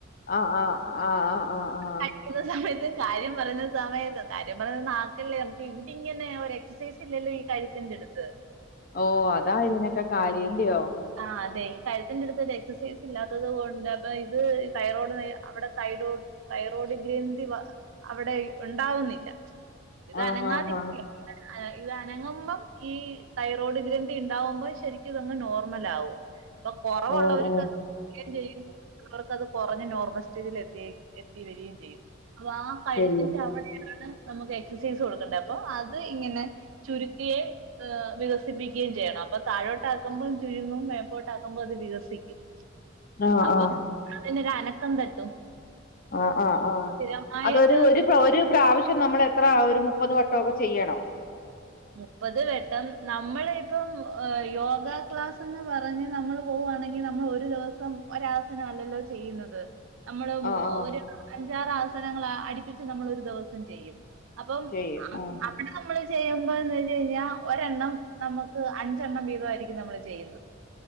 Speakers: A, on the left; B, on the right.
A: ആഹ് ആഹ് ആഹ് ആഹ് ആഹ് ആഹ്
B: കഴിക്കുന്ന സമയത്ത് കാര്യം പറയുന്ന സമയത്ത് കാര്യം പറയുന്ന നാക്കല്ലേ നമുക്ക് ഇവിടെ ഇങ്ങനെ ഒരു എക്സസൈസ് ഇല്ലല്ലോ ഈ കഴുത്തിൻ്റ അടുത്ത്
A: ഓ അതാ ഇതിനൊക്കെ കാര്യല്ലയോ
B: ആ് അതെഈ കയത്തിന്റെ അടുത്ത ഒരു എക്സസൈസ് ഇല്ലാത്തത് കൊണ്ട് അപ്പൊ ഇത് തൈറോഡ് അവിടെ തൈറോഡ് തൈറോഡ് ഗ്രഥി അവിടെ ഉണ്ടാവുന്നില്ല ഇത്
A: ആഹ്
B: അനങ്ങാതി
A: ആഹ് ആഹ്
B: ആഹ് ഇത് അനങ്ങുമ്പം ഈ തൈറോയ്ഡ് ഗ്രന്ഥി ഉണ്ടാവുമ്പോ ശരിക്കും ഇതങ്ങ് നോർമൽ ആവും ഇപ്പൊ കൊറവുള്ളവർക്ക്
A: ഓ ഓ
B: <unintelligible> ചെയ്യവർക്ക്ത് കുറഞ്ഞ് നോർമൽ സ്റ്റേജിൽ എത്തി എത്തി വരികയും ചെയ്യും അപ്പൊ ആ കഴുത്തിന്റെ
A: ശരിയാ
B: അവിടെയാണ് നമുക്ക് എക്സസൈസ് കൊടുക്കേണ്ടത് അപ്പൊ അത് ഇങ്ങനെ ചുരുക്കിയെ വികസിപ്പിക്കുകയും ചെയ്യണം അപ്പൊ താഴോട്ട് ആക്കുമ്പോം ചുരുങ്ങും മേപ്പോട്ട് ആക്കുമ്പോൾ അത് വികസിക്കും <inaudible>
A: ആഹ്
B: അപ്പൊ
A: ആഹ്
B: അതിനൊരു അനക്കം തട്ടും
A: ആഹ് ആഹ്
B: സ്ഥിരമായിട്ട്
A: അതൊരു ഒരു ഒരു പ്രാവശ്യം നമ്മൾ എത്ര ഒരു മുപ്പത് വട്ടൊ ക്കെ ചെയ്യണം
B: മുപ്പത് വെട്ടം നമ്മൾ ഇപ്പം യോഗാ ക്ലാസ് എന്ന് പറഞ്ഞ് നമ്മൾ പോവവാണെങ്കിൽ നമ്മൾ ഒരു ദിവസം ഒരാസന അല്ലല്ലോ ചെയ്യുന്നത് നമ്മള് മ്
A: ആഹ് ആഹ്
B: ഒരു അഞ്ചാറ് ആസനങ്ങൾ അടിപ്പിച്ച് നമ്മള് ഒരു ദെവസം ചെയ്യും അപ്പം
A: ചെയ്യും ആഹ്
B: അവിടെ നമ്മള് ചെയ്യും <unintelligible> വെച്ച് കഴിഞ്ഞാ ഒരെണ്ണം നമുക്ക് അഞ്ചെണ്ണം വീതമായിയിരിക്കും നമ്മള് ചെയ്യുന്നത്